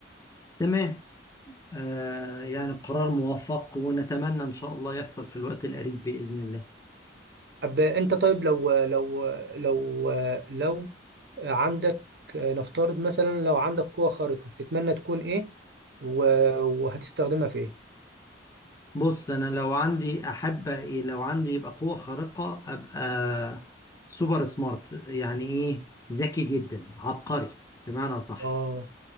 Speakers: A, on the left; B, on the right.
A: تمام آه يعني قرار موفق ونتمنى إن شاء الله يحصل في الوقت القريب بإذن الله
B: أب انت طيب لو لو لو لو عندك نفترض مثلا لو عندك قوة خارقة تتمنى تكون ايه و- وهتستخدمها في ايه
A: بص أنا لو عندي أحب إيه لو عندي يبقى قوة خارقة أبقى سوبر سمارت يعني إيه ذكي جدا عبقري بمعنى صح
B: اه